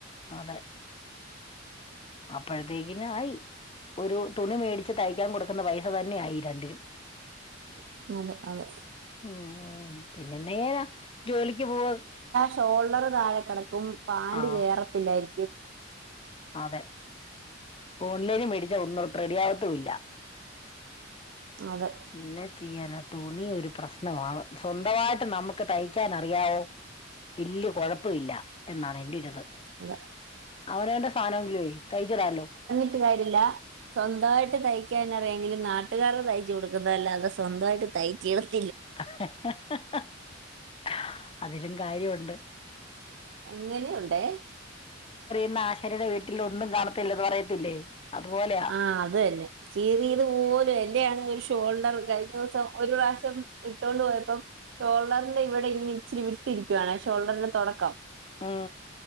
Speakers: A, on the left; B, on the right.
A: അതേ അപ്പഴത്തേക്കിനായി ഒരു തുണി മേടിച്ചു തയ്ക്കാൻ കൊടു <unintelligible> പൈസ തന്നെയാ ഈ രണ്ടിനും
B: <unintelligible> അതെ
A: ഉംഹ് <inaudible> പിന്നെന്നാ ചെയ്യാനാ ജോലിക്ക് പോവാ
B: ഷോൾഡറ് താഴെ കെടക്കും പാൻ്റ്
A: ആ
B: കേറത്തില്ലാരിക്കും
A: അതെ <inaudible> <unintelligible> മേടിച്ചാ ഒന്നുംതത്ര റെഡിയാകത്തൂല്ലാ
B: അതെ
A: എന്നാ ചെയ്യാനാ തുണി ഒരു പ്രശ്നമാണ് സ്വന്തമായിട്ട് നമുക്ക് തയ്ക്കാനറിയാവോ വല്ലിയ കൊഴപ്പമില്ല എന്നാണ് എന്റെ <unintelligible>
B: അതെ അതെ
A: അവനോൻ്റെ സാനമെങ്കിലുമേ തയ്ച്ചിടാല്ലോ
B: ഞ്ഞിട്ട് കാര്യല്ലാ സ്വന്തായിട്ട് തയ്ക്കാനറിയാങ്കിലും നാട്ടുകാരുടെ തയ്ച്ചുകൊടുക്കുന്നല്ലാതെ സ്വന്തമായിട്ട് തയ്ച്ചി <unintelligible>
A: ഹഹഹഹഹഹ അതിലും കാര്യ ഒണ്ട്
B: അങ്ങനെ ഒണ്ടേ
A: ന്നാശാരീടെ വീട്ടിൽ ഒന്നും കാണത്തില്ലന്ന് പറയത്തില്ലേ അതുപോലെയാ
B: ആ അത് തന്നെ കീറിയത് പോലും <unintelligible> ൻ്റെയാണെ ഒരു ഷോൾഡറ് കഴിഞ്ഞ ദിവസം ഒരു പ്രാവശ്യം ഇട്ടോണ്ട് പോയപ്പം ഷോൾഡറിൻ്റെ ഇവിടെ ങ്ങനെ ഇച്ചിരി വിട്ടിരിക്കുവാണെ ഷോൾഡറിൻ്റെ തൊടക്കം
A: ആ